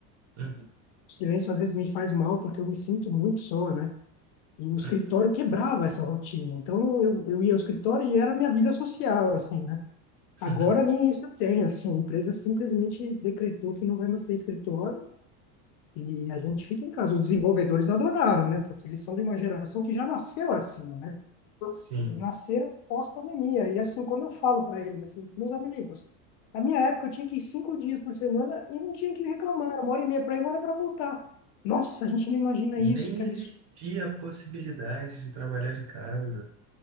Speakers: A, on the right; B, on the left.
A: uhum,
B: O silêncio às vezes me faz mal porque eu me sinto muito só, né? E o escritório
A: uhum.
B: quebrava essa rotina. Então eu, eu ia ao escritório e era a minha vida social, assim, né?
A: <laughs>
B: Agora nem isso eu tenho, assim. A empresa simplesmente decretou que não vai mais ter escritório e a gente fica em casa. Os desenvolvedores adoraram, né? Porque eles são de uma geração que já nasceu assim, né?
A: Sim.
B: Eles nasceram pós-pandemia. E assim, quando eu falo para eles, assim, meus amigos, na minha época eu tinha que ir cinco dias por semana e não tinha que reclamar. Era uma hora e meia para ir, uma hora para voltar. Nossa, a gente não imagina
A: E nem
B: isso, que
A: existia
B: absurdo.
A: a possibilidade de trabalhar de casa.